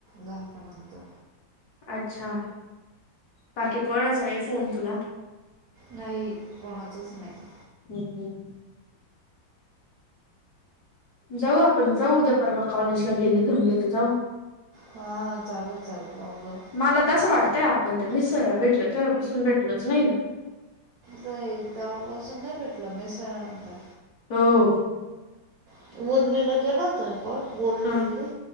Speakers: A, on the right; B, on the left.
A: दहा-अकरा नंतर.
B: अच्छा! बाकी कोणाचा काही फोन तुला?
A: नाही कोणाचच नाही.
B: हम्म हम्. जाऊ आपण जाऊ उद्या परवा कॉलेजला गेले जमले तर जाऊ.
A: हा चालत चालल <unintelligible>
B: मला तर असं वाटतंय आपण ते <unintelligible> भेटलो तेव्हापासून भेटलोच नाही ना.
A: जाईल तेव्हापासून नाही भेटलं मिसळनंतर.
B: हो,
A: <unintelligible> केला होत मी कॉल, बोलली
B: ह
A: बिल्ली,